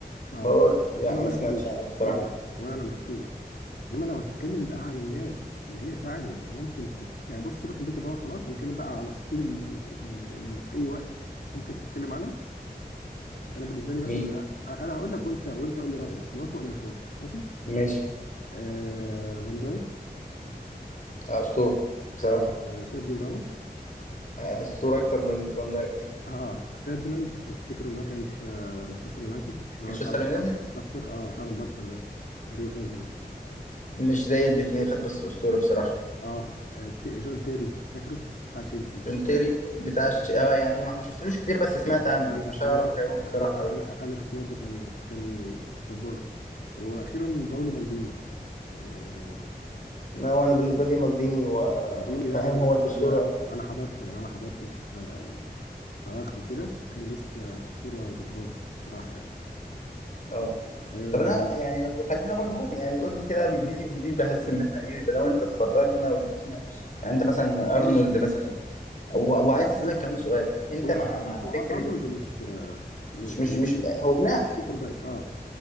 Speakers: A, on the left; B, on the left.
A: باور
B: اه
A: لا
B: بس انا
A: ما
B: ما
A: سمعتش
B: شفتوش
A: عنه بصراحة
B: ولا انا ولا انا ما شفتوش انما لو هتتكلم بقى عن الناس اللي هي فعلا انت ممكن تت... يعني بص سيبك من بيكن باور خلاص هنتكلم بقى على الاساطير ال- ال- اللي في اي وقت ممكن تتكلم عنها انا بالنسبه لي مثلا
A: مين
B: أ- انا هقول لك وانت وانت قول لي رايك موافق ولا مش موافق ماشي
A: ماشي
B: آه فان دايك
A: آه، أسطورة بصراحة
B: آه سيرجيو راموس
A: آه، أسطورة أكتر من فان دايك
B: اه فيرديناند لو تفتكروا اللي هو كان في آه، مانشستر يونايتد اللي
A: مانشستر
B: هو شعره
A: يونايتد
B: مضفر اه شعره مضفر ده ريو فيرديناند
A: مش زي الاتنين فات بس أسطورة بصراحة
B: اه آه، ت- جون تيري فاكره بتاع تشيلسي
A: جون تيري بتاع الش- اه يعني ما ما شفتلوش كتير بس سمعت عنه
B: انا
A: مش هعرف
B: انا شفت
A: أقيمه
B: انا
A: بصراحة أوي
B: انا انا شفت برضه كان كان جبار واخيرا باولو مالديني آه،
A: لا، هو أنا بالنسبة لي مالديني وفاهم
B: مالديني ده انا
A: هو الأسطورة
B: انا انا حضرته يعني انا حضرته في في اواخره كده وكان لسه اسطوره جباره الصراحه يعني
A: اه
B: آه،
A: طب انا يعني لو خلينا برضه فوق يعني قول لي كده بالجيل الجديد بحس ان احنا ايه يبقى لو انت اتفرجنا وشوفنا يعني انت مثلا
B: ماشي
A: ارنولد مثلا و- وعايز
B: لا
A: اسالك
B: بص
A: كمان سؤال انت
B: هو
A: مع مع
B: هو
A: فكره
B: ارنولد مش آه، م-
A: مش مش مش
B: مش
A: هو جناح
B: سوبر باك اه